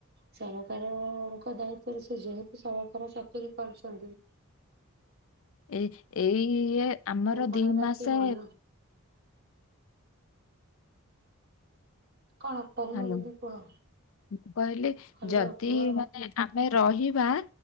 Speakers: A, on the right; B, on the left.
A: ସରକାରଙ୍କ ଦାୟିତ୍ଵରେ ସେ ଯେହେତୁ ସରକାର ଚାକିରି କରୁଛନ୍ତି।
B: ଏ ଏଇ ଆମର
A: କଣ
B: ଦି
A: ଏରା
B: ମାସ
A: କି ମନ କଣ କହୁନ
B: ହ୍ୟାଲୋ
A: ଦିଦି
B: ମୁଁ
A: କୁହ?
B: କହିଲି
A: ହ୍ୟାଲୋ
B: ଯଦି
A: କୁହ।
B: ମାନେ ଆମେ ରହି ଏ